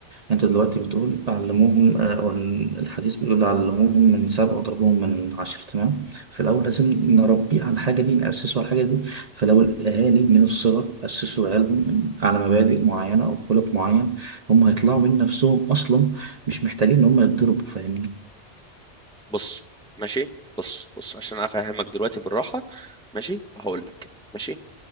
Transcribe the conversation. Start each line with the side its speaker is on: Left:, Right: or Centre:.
Right: انت دلوقتي بتقول علموهم آه، أو الحديث بيقول علموهم من سبع وضربوهم من عشر تمام في الاول لازم نربيه على الحاجه دي ناسسه على الحاجه دي فلو الاهالي من الصغر اسسوا عيالهم من- على مبادئ معينه او خلق معين هم هيطلعوا من نفسهم اصلا مش محتاجين ان هم يتضربوا فاهمني
Centre: بص ماشي بص بص عشان افهمك دلوقتي بالراحه ماشي هقول لك ماشي